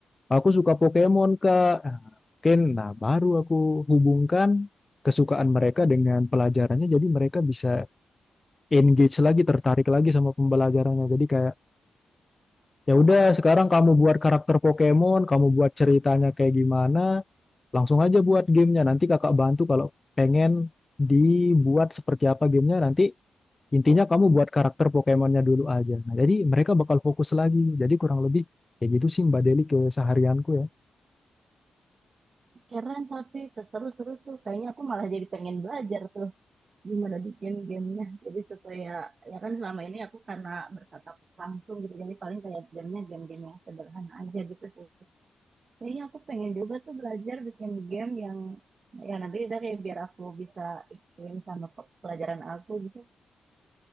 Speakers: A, on the left; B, on the right.
A: Aku suka Pokemon kah? Nah, Mungkin nah baru aku hubungkan kesukaan mereka dengan pelajarannya jadi mereka bisa engage lagi, tertarik lagi sama pembelajarannya. Jadi kayak ya udah sekarang kamu buat karakter Pokemon, kamu buat ceritanya kayak gimana, langsung aja buat gamenya. Nanti kakak bantu kalau pengen dibuat seperti apa gamenya nanti Intinya kamu buat karakter Pokemonnya dulu aja. Nah, jadi mereka bakal fokus lagi. Jadi kurang lebih kayak gitu sih Mbak Deli keseharianku ya.
B: keren tapi keseru seru tuh kayaknya aku malah jadi pengen belajar tuh gimana bikin gamenya jadi supaya ya kan selama ini aku karena bertatap langsung gitu jadi paling kayak gamenya game-game yang sederhana aja gitu sih kayaknya aku pengen juga tuh belajar bikin game yang ya nanti bisa kayak biar aku bisa ikutin sama pe- pelajaran aku gitu